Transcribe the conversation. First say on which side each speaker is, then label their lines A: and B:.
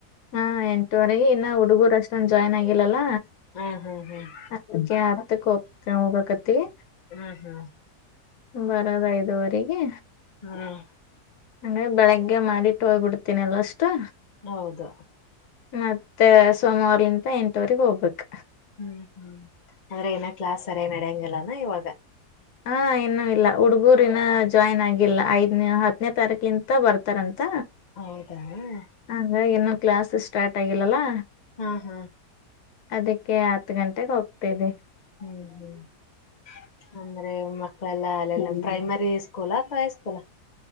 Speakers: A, on the left (about 75°); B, on the left (about 55°).
A: ಹಾ ಎಂಟುವರೆಗೆ ಇನ್ನ ಹುಡುಗೂರ್ ಅಷ್ಟೊಂದ್ ಜಾಯ್ನ್ ಆಗಿಲ್ಲಲ್ಲ
B: ಹ್ಮ್ ಹ್ಮ್ ಹ್ಮ್
A: ಅದಕ್ಕೆ ಹತ್ತಕ್ ಹೋಗ್ತ ಹೋಗಕತಿವಿ.
B: ಹ್ಮ್ ಹ್ಮ್
A: ಹ್ಮ್ ಬರದ ಐದುವರಿಗಿ.
B: ಹ್ಮ್.
A: ಅಂದ್ರೆ ಬೆಳಗ್ಗೆ ಮಾಡಿ ಟೋಯ್ಬ ಬಿಡ್ತೀನಿ ಅಲ್ ಅಷ್ಟು.
B: ಹೌದು.
A: ಮತ್ತೆ ಸೋಮ್ವಾರಲಿಂತ ಎಂಟುವರಿಗ್ ಹೋಗ್ಬೇಕ್.
B: ಹ್ಮ್ ಹ್ಮ್. ಅಂದ್ರೆ ಏನ ಕ್ಲಾಸ್ ಸರಿಯಾಗಿ ನಡ್ಯಂಗಿಲ್ಲಾನ ಇವಾಗ
A: ಹಾ ಇನ್ನು ಇಲ್ಲ ಹುಡ್ಗುರ್ ಇನ್ನ ಜಾಯ್ನ್ ಆಗಿಲ್ಲ ಐದ್ನೆ ಹತ್ನೇ ತಾರೀಕಲಿಂತ ಬರ್ತಾರಂತ್ ತ್ತ
B: ಹೌದಾ ಹಾ
A: ಹಂಗ ಇನ್ನು. ಕ್ಲಾಸ್ಸು ಸ್ಟಾರ್ಟ್ ಆಗಿಲ್ಲಲ್ಲಾ.
B: ಹ ಹ.
A: ಅದಕ್ಕೆ ಹತ್ ಗಂಟೆಗೆ ಹೋಗ್ ತ್ತಿದೆ.
B: ಹ್ಮ್ ಹ್ಮ್ ಅಂದ್ರೆ ಮ ಪಲಾ ಅಲ್ಲೆಲ್ಲ
A: ಹ್ಮ್
B: ಪ್ರೈಮರಿ ಸ್ಕೂ ಕುಲ ಅತ್ವ ಹೈ ಸ್ಕೂಲ.